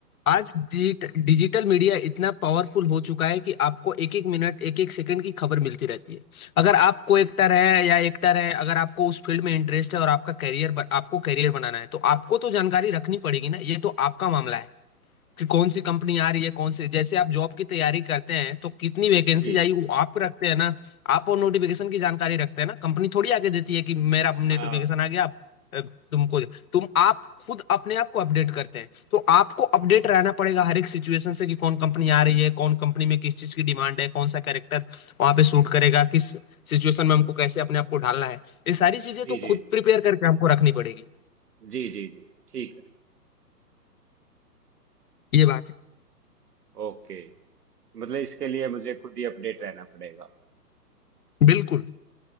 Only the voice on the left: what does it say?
आज डिजिट, डिजिटल मीडिया इतना पावरफुल हो चुका है कि आपको एक एक मिनट एक एक सेकंड की खबर मिलती रहती है अगर आप को एक्टर है या एक्टर है अगर आपको उस फील्ड में इंटरेस्ट है और आपका करियर आपको करियर बनाना है तो आपको तो जानकारी रखनी पड़ेगी ना ये तो आपका मामला है कि कौन सी कंपनी आ रही है कौन से जैसे आप जॉब की तैयारी करते हैं तो कितनी वैकेंसीज
आई वो आप रखते हैं ना आप और नोटिफिकेशन की जानकारी रखते हैं ना कंपनी थोड़ी आगे देती है कि मेरा नोटिफिकेशन
आ गया अ, तुमको तुम आप खुद अपने आप को अपडेट करते हैं तो आपको अपडेट रहना पड़ेगा हर एक सिचुएशन से कि कौन कंपनी आ रही है कौन कंपनी में किस चीज की डिमांड है कौन सा कैरेक्टर वहां पे सूट करेगा किस सिचुएशन में हमको कैसे अपने आप को ढालना है ये सारी चीजें
तो
खुद प्रिपेयर करके हमको रखनी पड़ेगी
ये बात है
बिल्कुल